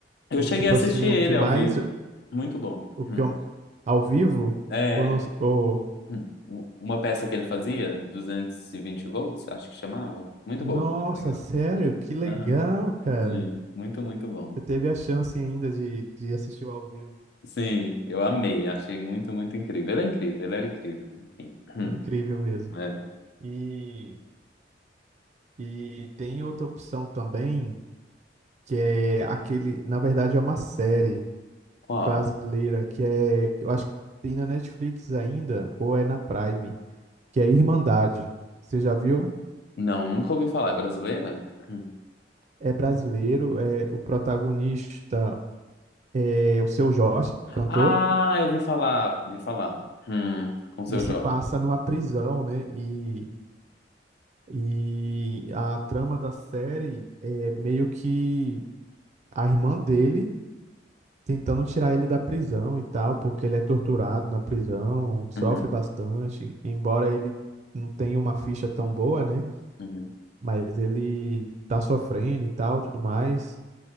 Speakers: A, on the left (about 65°); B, on the right (about 40°).
A: Eu
B: E
A: cheguei
B: tipo
A: a assistir
B: assim,
A: ele
B: o que mais,
A: ao vivo. Muito bom.
B: o que
A: Hum.
B: eu, ao vivo,
A: É,
B: ou, no, ou
A: hum, u- uma peça que ele fazia, 220 volts, acho que chamava. Muito
B: nossa,
A: boa, muito legal.
B: sério,
A: Hum.
B: que legal,
A: Aham,
B: cara.
A: sim, muito, muito bom.
B: Você teve a chance ainda de, de assistir o ao vivo.
A: Sim, eu amei, achei muito, muito incrível. Ele é incrível, ele era incrível, né? enfim. Hum,
B: Incrível mesmo.
A: é.
B: E, e tem outra opção também que é aquele, na verdade é uma série
A: Qual?
B: brasileira que é, que eu acho que tem na Netflix ainda ou é na Prime, que é Irmandade. Você já viu?
A: Não, nunca ouvi falar. É brasileira? Hum.
B: É brasileiro, é o protagonista é o Seu Jorge, cantor,
A: Ah, eu ouvi falar, ouvi falar. Hum, com o seu
B: e se
A: Jorge.
B: passa numa prisão, né? E e a trama da série é meio que a irmã dele tentando tirar ele da prisão e tal, porque ele é torturado na prisão, sofre
A: Uhum,
B: bastante, embora ele não tenha uma ficha tão boa, né?
A: uhum.
B: Mas ele tá sofrendo e tal, tudo mais.